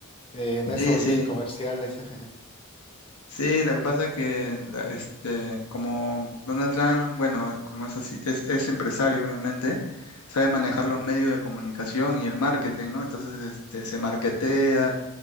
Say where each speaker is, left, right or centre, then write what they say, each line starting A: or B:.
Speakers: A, on the left (about 25°); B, on the left (about 80°).
A: eh, en eso
B: Sí, sí.
A: ya hay comerciales. <laughs>
B: Sí, lo que pasa es que la- este, como Donald Trump, bueno, como es así, es, es empresario, obviamente, sabe manejar los medios de comunicación y el marketing, ¿no? Entonces, este, se marketea,